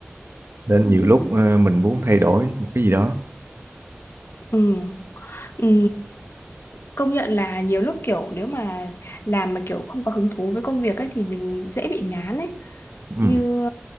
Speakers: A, on the right (about 65°); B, on the left (about 65°).
A: nên
B: Ừ.
A: nhiều lúc ờ, mình muốn thay đổi một cái gì đó
B: Ừ. Ừ. công nhận là nhiều lúc kiểu nếu mà làm mà kiểu không có hứng thú với công việc ấy thì mình dễ bị ngán ấy
A: ừ.
B: như